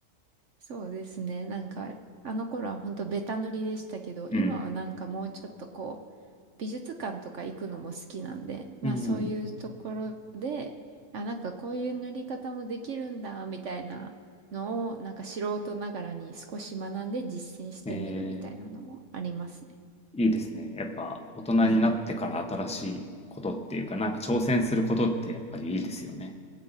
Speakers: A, on the right (about 55°); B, in the centre.
A: そうですね。なんか、あの頃は本当ベタ塗りでしたけど、今はなんかもうちょっとこう、
B: うん。
A: 美術館とか行くのも好きなんで、まあそういうところで、
B: うん、う
A: あ、なんかこういう塗り方もできるんだ、みたいなのを、なんか素人ながらに少し学んで実践してみるみたいなのもありますね。
B: ん。えー、いいですね。やっぱ大人になってから新しいことっていうか、
A: <laughs>
B: なんか挑戦することってやっぱりいいですよね。